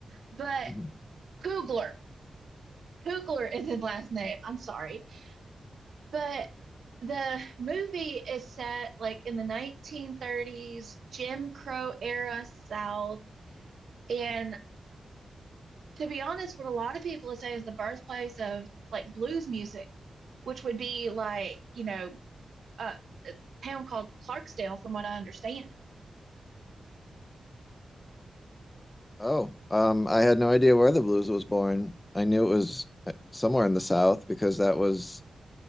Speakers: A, on the right; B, on the left.
A: But
B: Mhm.
A: Coogler, Coogler is his last name. I'm sorry, but the movie is set like in the 1930s Jim Crow era South. And to be honest, what a lot of people say is the birthplace of like blues music, which would be like, you know, uh, a town called Clarksdale, from what I understand.
B: Oh, um, I had no idea where the blues was born. I knew it was uh, somewhere in the South because that was